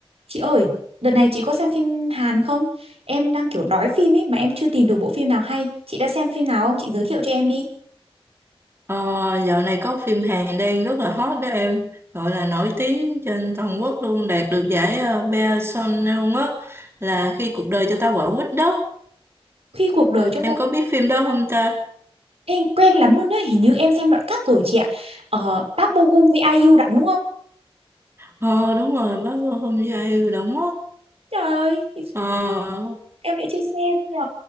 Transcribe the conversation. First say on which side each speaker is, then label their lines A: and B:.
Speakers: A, on the right (about 80°); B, on the right (about 25°).
A: Chị ơi, đợt này chị có xem phim Hàn không? Em đang kiểu đói phim ấy mà em chưa tìm được bộ phim nào hay. Chị đã xem phim nào không? Chị giới thiệu cho em đi.
B: Ờ, dạo này có phim Hàn đang rất là hot đó em gọi là nổi tiếng trên toàn quốc luôn đạt được giải uh, Bea Sonneung á là khi cuộc đời cho ta quả quýt đó
A: Khi cuộc đời cho
B: em
A: ta...
B: có biết phim đó không ta
A: Ê, quen lắm luôn đấy, hình như em xem đoạn cắt rồi chị ạ. Ờ, Park Bo Gum với IU đóng đúng không?
B: ờ đúng rồi bác vô hôm gia yêu đóng á
A: Trời ơi, thì
B: ờ,
A: em lại chưa xem nhờ.